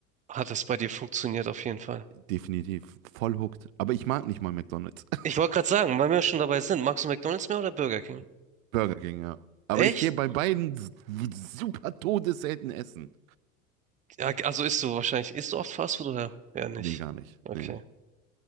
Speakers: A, on the right; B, on the right.
A: hat es bei dir funktioniert auf jeden Fall.
B: Definitiv. Voll hooked. Aber ich mag nicht mal McDonald's. <laughs>
A: Ich wollte gerade sagen, weil wir schon dabei sind, magst du McDonald's mehr oder Burger King?
B: Burger King, ja. Aber
A: Echt?
B: ich gehe bei beiden s- super todesselten essen.
A: Ja, also isst du wahrscheinlich. Isst du oft Fastfood oder eher nicht?
B: Nee, gar nicht.
A: Okay.
B: Nee, nee.